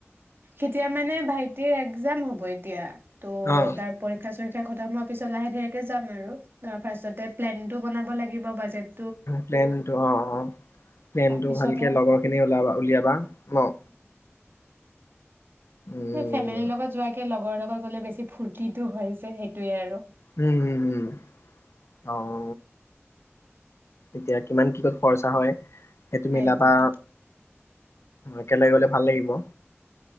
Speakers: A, on the right; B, on the left.
A: কেতিয়া মানে ভাইটিৰ একজাম হ'ব এতিয়া ত'
B: অ',
A: তাৰ পৰীক্ষা চৰীক্ষা পৰীক্ষা খতম হোৱা পিছত লাহে ধীৰেকে যাম আৰু তাৰ ফাৰ্ষ্টতে প্লেন টো বনাব লাগিব বাজেট
B: প্লেনটো অ অ প্লেনটো
A: তাৰপিছতহে
B: ভালকে লগৰখিনি ওলাবা উলিয়াবা ন উম,
A: ফেমিলি লগত যোৱেকে লগ লগৰ লগত গ'লে বেছি ফূৰ্তিটো হৈ যে সেইটোৱে আৰু
B: উম উম উম আৰু এতিয়া কিমান কিহত খৰচা হয় সেইটো
A: সেইটোয়ে
B: মিলাবা একেলগে গলে ভাল লাগিব